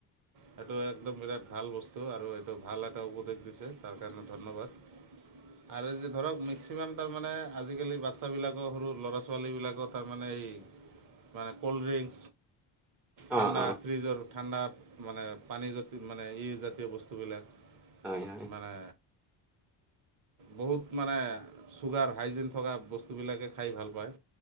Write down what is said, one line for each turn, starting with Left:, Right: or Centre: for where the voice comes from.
Right: সেইটো একদম বিৰাট ভাল বস্তু আৰু এইটো ভাল এটা উপদেশ দিছে তাৰ কাৰণে ধন্যবাদ। <inaudible> আৰু যে ধৰক মেক্সিমাম তাৰমানে আজিকালি বাচ্ছাবিলাকৰ সৰু ল'ৰা ছোৱালীবিলাকৰ তাৰমানে এই। মানে ক'ল্ড্ৰিংক।
Centre: অ
Right: ঠাণ্ডা
Centre: অ
Right: ফ্ৰিজৰ ঠাণ্ডা মানে পানী জ মানে ই জাতীয় বস্তুবিলাক।
Centre: হয় হয়।
Right: মানে বহুত মানে চুগাৰ। হাইজিন থকা বস্তুবিলাকে খাই ভাল পায়